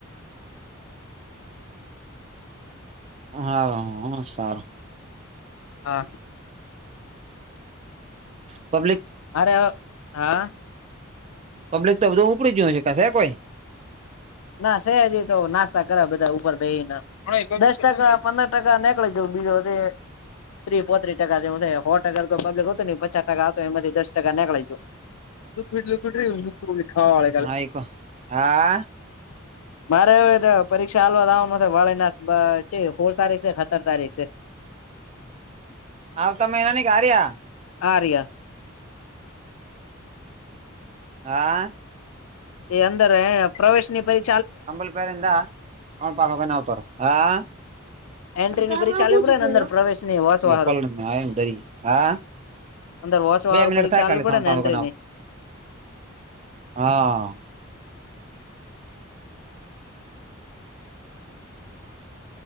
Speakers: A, on the right (about 30°); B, on the left (about 85°).
A: હા, હા સારું.
B: હા.
A: પબ્લિક
B: હારો, હા.
A: પબ્લિક તો બધું ઉપડી જોયું છેશે છે કોઈ?
B: ના સેજી તો નાસ્તા કર બધા ઉપર બેહીને. દસ ટકા પંદર ટકા નીકળી જવું બીજું જે ત્રીસ પોત્રી ટકા દવું હો ટકા તો પગલે હતુંને પચાસ ટકા હતો એમાંથી દસ ટકા નીકળી ગયું. તું ફીટ લુરી રું. તું ભી ખાવા વાળી.
A: હા આઈકો, હા.
B: મારે હવે પરીક્ષા હાલવા દવા વાળી ના કઈ તારીખ છે સોલ તારીખ છે કે સત્તર તારીખ છે. <inaudible>
A: આવતા મહિનાની કે આર્યા આ?
B: આરયા.
A: હા.
B: એ અંદર પ્રવેશની પરી
A: અંબલ પેરંદા અ પવન આવતો હા.
B: એન્ટ્રી
A: <unintelligible>
B: ની પરીક્ષા આલવી પડે ને અંદર પ્રવેશ ની વાંચવા
A: ઓલો
B: હારું
A: પલંગમાંરી હા.
B: અંદર વાંચવા
A: બે
B: હારું
A: મિનિટ
B: પરીક્ષા
A: થાય
B: આલવી
A: ખાલી
B: પડે
A: ત્રણ
B: ને
A: પાચ
B: એન્ટ્રી
A: વગ,
B: ની
A: હા.